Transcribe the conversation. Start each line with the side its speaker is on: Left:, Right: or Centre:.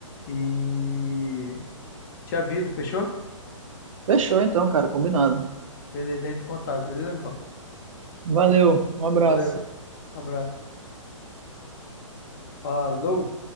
Left: e te aviso, fechou?
Right: Fechou então, cara, combinado.
Left: Beleza, entre em contato, beleza, amigão?
Right: Valeu, um abraço.
Left: Valeu, abraço. Falou!